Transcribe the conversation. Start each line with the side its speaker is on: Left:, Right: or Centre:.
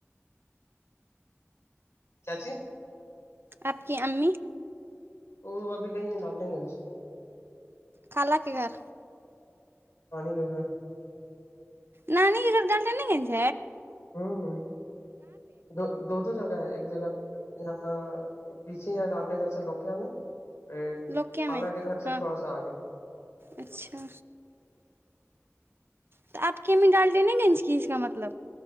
Left: کیاچ
Right: آپ کی امی
Left: وہ ابھی گئی ہیں ڈالٹیں گے
Right: کالا کے گھر
Left: پانی گئے
Right: نانی کےدھر ڈالتے نہیں گ
Left: ہوں ہ دو دو دو جگہ ہے ایک جگہ یہاں پیچے ڈالٹینگا س لوکیا میں ایک
Right: لوکیا
Left: فالہ
Right: میں
Left: کے گھر سے
Right: ہاں
Left: تھوڑا سا آگے
Right: اچھا تو آپ کیم ڈال دینےا گنج کی اس کا مطلب